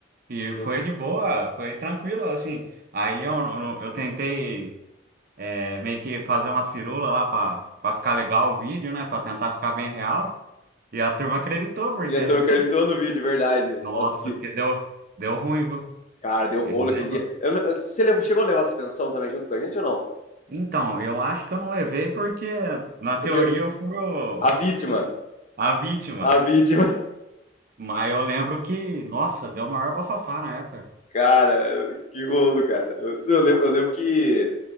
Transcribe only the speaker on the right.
e
foi de boa, foi tranquilo, assim. Aí eu, eu, eu tentei é, meio que fazer umas firulas lá pra, pra ficar legal o vídeo, né? Pra tentar ficar bem real. E a turma acreditou, porque,
<laughs>
nossa,
porque deu, deu ruim, viu?
Eu lembro.
Então, eu acho que eu não levei porque, na teoria,
eu fui o-
a vítima.
Mas eu lembro que, nossa, deu o maior bafafá na época.